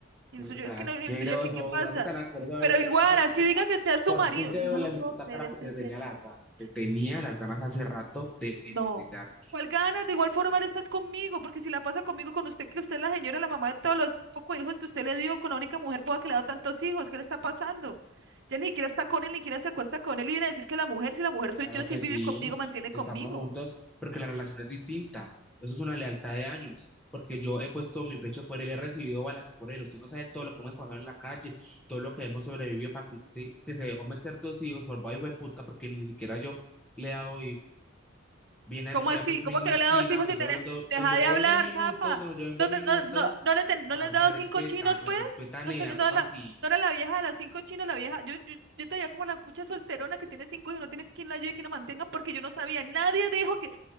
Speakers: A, on the right; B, in the centre.
A: Y
B: hombre
A: el suyo,
B: tan
A: es que
B: asqueroso,
A: no, el suyo aquí, ¿qué pasa?
B: un hombre tan asqueroso haber
A: Pero igual,
B: venido a
A: así
B: puta.
A: diga que sea su
B: Por
A: marido.
B: fin te veo
A: Yo no
B: la
A: lo puedo
B: puta
A: creer,
B: cara
A: este
B: porque te
A: cejas,
B: tenía las ganas. Te tenía
A: cejas mal
B: las ganas hace rato de estrellarte.
A: No. ¿Cuál ganas? De igual forma, él estás conmigo, porque si la pasa conmigo con usted, que usted es la señora, la mamá de todos los pocos hijos que usted le dio, con la única mujer boba que le ha dado tantos hijos, ¿qué le está pasando? Ya ni siquiera está con él, ni siquiera se acuesta con él, y viene a decir que la mujer, si la mujer soy
B: Claro
A: yo,
B: que
A: si él vive
B: sí,
A: conmigo, mantiene
B: estamos
A: conmigo.
B: juntos porque la relación es distinta. Eso es una lealtad de años. Porque yo he puesto mi pecho por él, he recibido balas por él. Usted no sabe todo lo que hemos pasado en la calle, todo lo que hemos sobrevivido para que usted, que se dejó meter dos hijos por vaina de puta, porque ni siquiera yo. Le he dado viene aquí
A: ¿Cómo así?
B: a mi misma
A: ¿Cómo que no
B: esquina
A: le ha dado cinco
B: donde
A: sin
B: yo
A: tener?
B: vendo,
A: Deja
B: donde
A: de
B: yo
A: hablar,
B: vendo minutos,
A: zapa.
B: donde yo vendo
A: No,
B: minutos.
A: te- no, no, no le ten-
B: No,
A: no le has
B: me
A: dado
B: respeta,
A: cinco chinos,
B: me
A: pues.
B: respeta Nea,
A: No, ten- no,
B: ¿cómo
A: la,
B: así?
A: no era la vieja de las cinco chinos, la vieja. Yo, yo, yo te veía como la cucha solterona que tiene cinco hijos, no tiene quien la ayude y quien la mantenga, porque yo no sabía. Nadie dijo que,